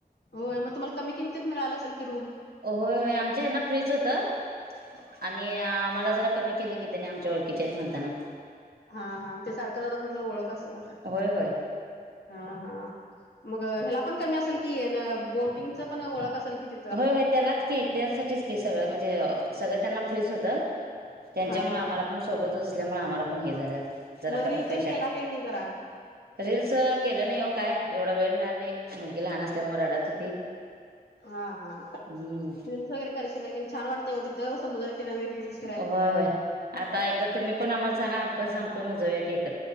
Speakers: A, on the left; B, on the right.
A: होय मग तुम्हाला कमी किमतीत मिळाला असेल की रूम
B: होय होय आमच्या हना फ्रीच होतं. आणि आम्हाला जरा कमी केले किती नाही आमच्या ओळखीचे आहेत म्हणताना.
A: हा हा ते सारखं जातात म्हटलं ओळख असेल आता
B: होय होय
A: हा हा. मग ह्याला पण कमी असेल कि बोटिंगच पण ओळख असेल की ति
B: होय होय त्यालाच की त्यासाठीच की सगळं म्हणजे सगळं त्यांना फ्रीच होतं. त्यांच्यामुळे
A: हा हा
B: आम्हाला पण सोबत असल्यामुळे आम्हाला पण हे झालं जरा
A: मग
B: कमी
A: रील तेन
B: पैशात.
A: केला काही नाही जरा
B: रीलल्स केलं नाही हो काय एवढा वेळ मिळाला नाही मुलगी लहान असल्यामुळे रडत होती.
A: हा हा
B: हम्म
A: रीलस वगैरे करशील छान वाटत हो तिथं समुद्र किराने रीलल्स
B: होय होय आता एकदा तुम्ही पण आम्हाला सांगा आम पण सांगतो मग जवळ्या की एकत